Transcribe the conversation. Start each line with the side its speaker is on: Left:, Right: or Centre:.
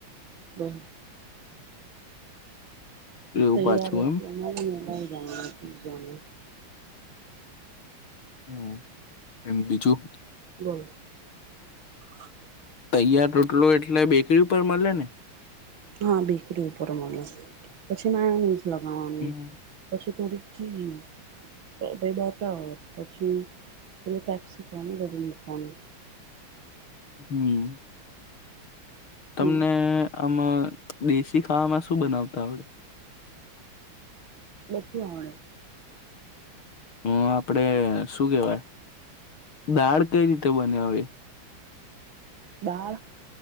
Right: બહ
Left: એવું
Right: તૈયાર
Left: પાછું
Right: રૂપિયા
Left: એમ
Right: મલી ને લાય <inaudible>
Left: હમ્મ. એમ બીજું?
Right: <unintelligible>
Left: તૈયાર રોટલો એટલે બેકરી ઉપર મલે ને?
Right: હા બેકરી ઉપર મલે. પછી માયોનીઝ લગાવવાનું,
Left: હમ
Right: પછી થોડીક ચીઝ, પઈ પઈ બટર, પછી પેલું કેપ્સિકમ એ બધું નાખવાનું.
Left: હમ્મ.
Right: હમ
Left: તમને આમા દેશી ખાવામાં શું બનાવતા આવડે?
Right: બધું આવડે.
Left: અહ આપડે શ શું કેવાય, દાળ કઈ રીતે બનાવી?
Right: દાળ?